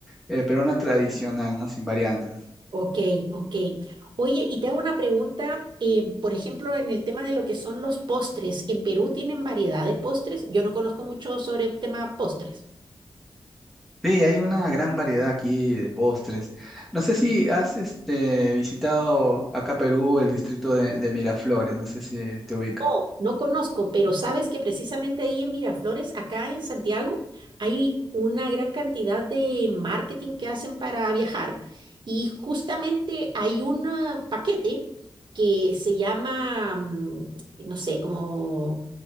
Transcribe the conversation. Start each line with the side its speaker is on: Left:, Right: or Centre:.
Centre: eh, peruana tradicional, ¿no? Sin variantes.
Right: Ok, ok. Oye, y te hago una pregunta, eh, por ejemplo, en el tema de lo que son los postres, ¿en Perú tienen variedad de postres? Yo no conozco mucho sobre el tema postres.
Centre: Sí, hay una gran variedad aquí de postres. No sé si has este, visitado acá Perú el distrito de, de Miraflores, no sé si te ubicas.
Right: No, no conozco, pero sabes que precisamente ahí en Miraflores, acá en Santiago, hay una gran cantidad de marketing que hacen para viajar y justamente hay un ah, paquete que se llama, mm, no sé, como